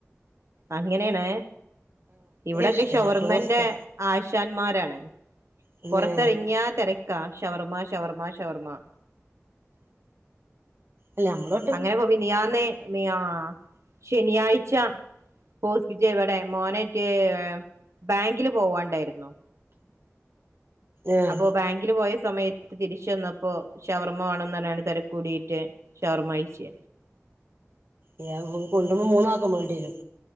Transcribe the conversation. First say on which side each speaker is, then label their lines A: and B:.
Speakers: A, on the right; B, on the right.
A: അങ്ങനെണ് ഇവ്ടെക്കെ
B: ഇഷ്ടള്ളു
A: ഷവർമെന്റെ
B: ബ്രോസ്റ്റാ
A: ആശാന്മാരാണ്
B: പിന്നെ
A: പൊറ്ത്തെറങ്ങ്യ തെരക്കാ ഷവർമ ഷവർമ ഷവർമ്മ
B: അല്ല മ്മളോ
A: അങ്ങനെ പ്പ വിനിയാന്ന് ന്ന്യാ ശനിയാഴ്ച ഹോസ്പിറ്റേ വടെ മോനേറ്റ് ബാങ്കില് പോവാണ്ടായിര്ന്നു
B: ആഹ്
A: അപ്പോ ബാങ്കില് പോയ സമയ തിരിച്ച് വന്നപ്പോ ഷവർമ്മ വേണന്നറ്ഞ്ഞാണ്ട് തെരക്കൂടിയിട്ട് ഷവർമ്മ കയ്ച്ച്
B: ഞാം പൊ കൊണ്ട്ര്മ്പോ മൂന്നാക്കും വേണ്ടി രും